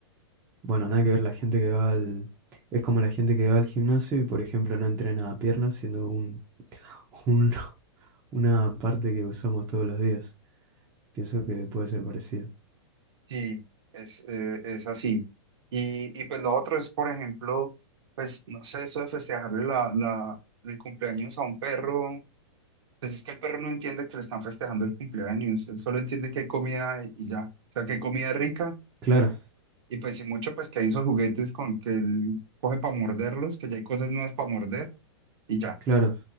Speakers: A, on the right (about 15°); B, on the right (about 70°).
A: bueno, nada que ver la gente que va al... Es como la gente que va al gimnasio y, por ejemplo, no entrena piernas, siendo un, un- <laughs> una parte que usamos todos los días. Pienso que puede ser parecido.
B: sí, es, eh, es así. Y, y pues lo otro es, por ejemplo, pues no sé, eso de festejarle la, la, el cumpleaños a un perro Pues es que el perro no entiende que le están festejando el cumpleaños, él solo entiende que hay comida y ya, o sea, que hay comida rica
A: Claro,
B: y pues si mucho, pues que hay esos juguetes con que él coge para morderlos, que ya hay cosas nuevas para morder y ya,
A: claro.